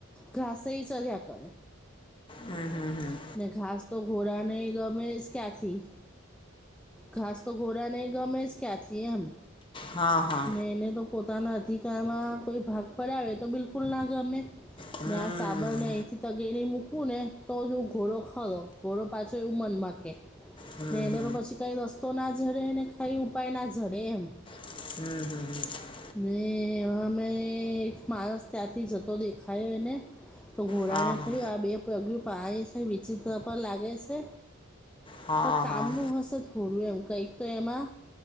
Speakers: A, in the centre; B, on the left.
A: ઘાસાઈ ચધ્યા કરે.
B: હમ હમ હમ.
A: ઘાસ તો ઘોડા નહીં ગ મેં ક્યાથી ઘાસ તો ઘોડા નહી ગમેઝ ક્યાથીએ હમ.
B: હા હા.
A: એને તો પોતાના અધિકારમાં કોઈ ભાગ પડ આવે તો બિલકુલ ના ગમે
B: હમ
A: ને આ સાબણને અહીંથી તગેની મૂકવું ને તો જો ઘોડો ખરો. ઘોડો પાછો એવું મનમાંગે
B: હમ
A: ને એને
B: હમ હમ
A: તો પછી કાઈ રસ્તો ના ઝડે ને કાઈ ઉપાય ના ઝડે એમ
B: હમ હમ હમ.
A: ને અમે એક માણસ ત્યાંથી જતો દેખાયો એને તો ઘોડા
B: હા
A: ને
B: હા
A: થયું, આ બે પગિયું પાણી થી વિચિત્ર પર લાગે છે.
B: હા
A: પણ કામનું
B: હા
A: હશે થોડું, એમ કંઈક તો એમાં